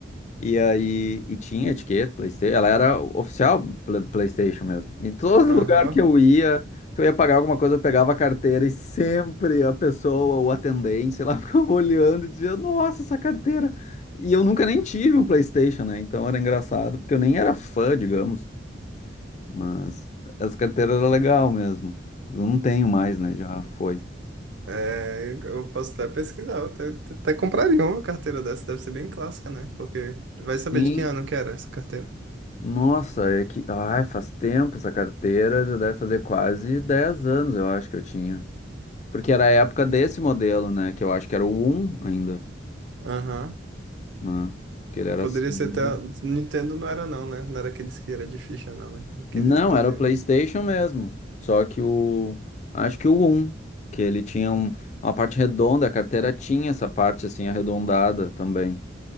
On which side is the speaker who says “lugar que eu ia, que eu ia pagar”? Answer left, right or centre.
Left